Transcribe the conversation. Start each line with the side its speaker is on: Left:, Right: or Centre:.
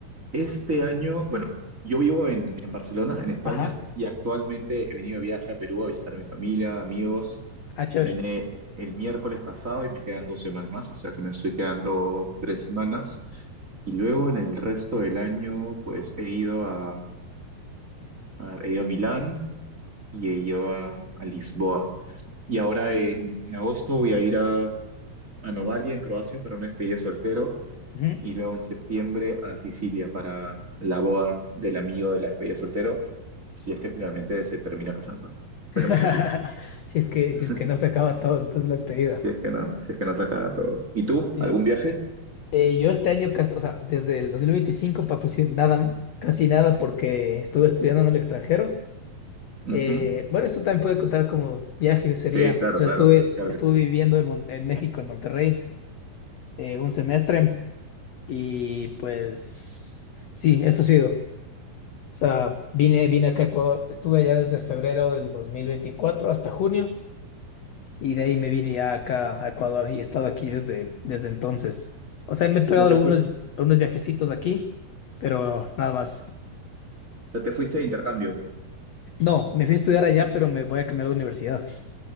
Right: este año, bueno, yo vivo en, en Barcelona, en España,
Left: Ajá.
Right: y actualmente he venido de viaje a Perú a visitar a mi familia, amigos.
Left: Ah, chévere.
Right: Vine el miércoles pasado y me quedan dos semanas más, o sea que me estoy quedando tres semanas. Y luego en el resto del año, pues he ido a, a- he ido a Milán y he ido a, a Lisboa. Y ahora en, en agosto voy a ir a, a Novalia en Croacia para una despedida de soltero
Left: Ujú.
Right: y luego en septiembre a Sicilia para la boda del amigo de la despedida de soltero, si es que finalmente se termina casando. Esperemos
Left: <laughs>
Right: que sí,
Left: Si es que,
Right: <laughs>
Left: si es que no se acaba todo después de la despedida.
Right: si es que no, si es que no saca todo. ¿Y tú?
Left: Sí.
Right: ¿Algún viaje?
Left: Eh, yo este año casi, o sea, desde el 2025 para pues, sí, nada, casi nada porque estuve estudiando en el extranjero.
Right: Ujú.
Left: Eh, bueno, esto también puede contar como viaje, sería.
Right: Sí, claro,
Left: O sea,
Right: claro,
Left: estuve,
Right: claro
Left: estuve
Right: que sí.
Left: viviendo en, Mon- en México, en Monterrey, eh, un semestre y pues sí, eso ha sido. O sea, vine, vine acá a Ecuador, estuve allá desde febrero del 2024 hasta junio y de ahí me vine ya acá a Ecuador y he estado aquí desde, desde entonces. O sea, me he pegado
Right: O sea, te
Left: algunos,
Right: fuiste,
Left: algunos viajecitos aquí, pero nada más.
Right: o sea, te fuiste de intercambio.
Left: No, me fui a estudiar allá, pero me voy a cambiar de universidad.